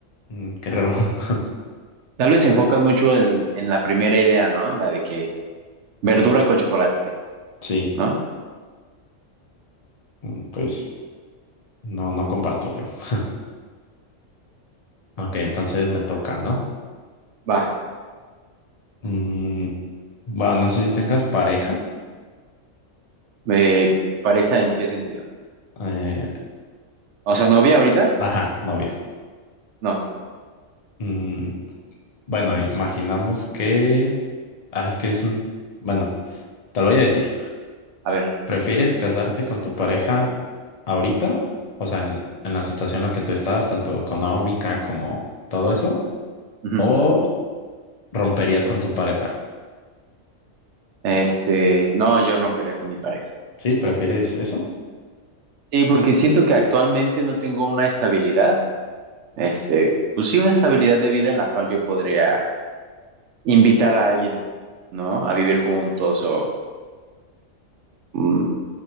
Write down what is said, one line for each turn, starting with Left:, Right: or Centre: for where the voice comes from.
Left: mm, qué raro. <laughs>
Right: Tal vez se enfocan mucho en, en la primera idea, ¿no? En la de que verdura con chocolate,
Left: Sí,
Right: ¿no?
Left: mm, pues no, no comparto yo. <laughs> Ok, entonces me toca, ¿no?
Right: Va.
Left: Mm, bueno, no sé si tengas pareja.
Right: Eh, ¿pareja en qué sentido?
Left: Eh,
Right: O sea, novia ahorita,
Left: ajá, novia.
Right: no,
Left: Mm, Bueno, imaginamos que... Ah, es que es un... Bueno, te lo voy a decir.
Right: a ver.
Left: ¿Prefieres casarte con tu pareja ahorita? O sea, en, en la situación en la que tú estás, tanto económica como todo eso.
Right: ujú.
Left: ¿O romperías con tu pareja?
Right: Este, no, yo rompería con mi pareja.
Left: ¿Sí? ¿Prefieres eso?
Right: Sí, porque siento que actualmente no tengo una estabilidad, este, pues sí, una estabilidad de vida en la cual yo podría invitar a alguien, ¿no? A vivir juntos o, mm,